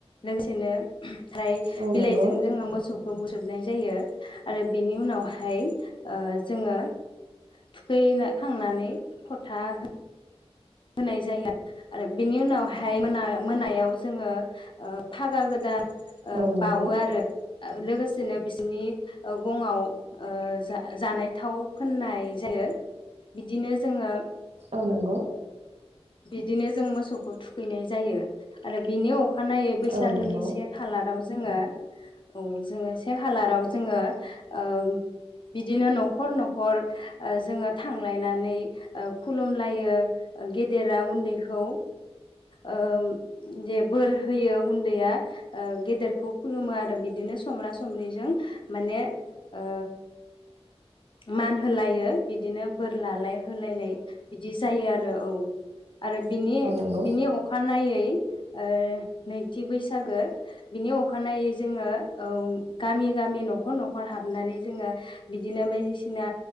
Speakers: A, on the left (about 50°); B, on the right (about 75°).
A: लोगोसेनो ओमफ्राय
B: औ
A: बिलाइजों
B: नंगौ
A: जोंङो मोसौ खौ बोसबनाय जायो आरो बेनि उनावहाय ओ जोंङो थुखै खांनानै फथा हो होनाय जायो आरो बेनि उनाव हाय मोना मोनायाव जोंङो ओ फागा गोदान ओ
B: औ नंगौ
A: बावो आरो लोगोसेनो बिसोरनि ओ गङआव ओ जा जानाय थाव फोननाय जायो बिदिनो जोंङो
B: औ नंगौ
A: बिद बिदिनो जों मोसौखौ थुखैनाय जायो आरो बिनि अखानायै बैसागोनि
B: औ नंगौ
A: से खालाराव जोंङो औ जोंङो से खालाराव जोंङो ओ बिद बिदिनो न'खर न'खर ओ जोंङो थांलायनानै ओ खुलुमलायो ओ गे गेदेरा उन्दैखौ ओ जे बोर होयो उन्दैया ओ गेदेरखौ खुलुमो आरो बिदिनो समब्रा समबिजों माने ओ मान होलायो बिदिनो बोर लालाय होलायलनाय बिदि जायो आरो आरो औ आरो बिनि
B: औ नंगौ
A: बिनि अखानायै ओ नैथि बैसागो बिनि अखानायै जोंङो औ गामि गामि न'खर न'खर हाबनानै जोंङो बिदिनो बायदिसिना